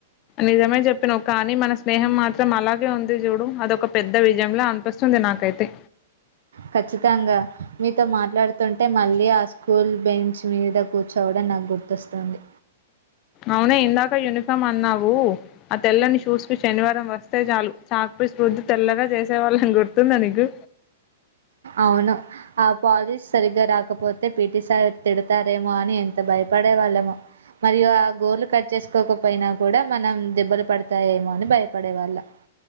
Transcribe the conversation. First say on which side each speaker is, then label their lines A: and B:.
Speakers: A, on the left; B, on the right.
A: నిజమే చెప్పినావ్ కానీ మన స్నేహం మాత్రం అలాగే ఉంది చూడు అదొక పెద్ద విజయంలా అనిపిస్తుంది నాకైతే
B: ఖచ్చితంగా మీతో మాట్లాడుతుంటే మళ్ళీ ఆ స్కూల్ బెంచ్ మీద కూర్చోవడం నాకు గుర్తొస్తుంది
A: అవునే ఇందాక యూనిఫామ్ అన్నావు ఆ తెల్లని షూస్ కు శనివారం వస్తే చాలు చ రుద్ది తెల్లగా చేసే వాళ్ళం గుర్తుందా నీకు
B: అవును ఆ పాలీస్ సరిగ్గా రాకపోతే పిటిసార్ తిడతారేమో అని ఎంత భయప పడే వాళ్ళమొ మరియు ఆ గోళ్లు కట్ చేసుకోకపొ పైనా కూడా మనం దెబ్బలు పడతాయేమో అని భయపడే వాళ్ళం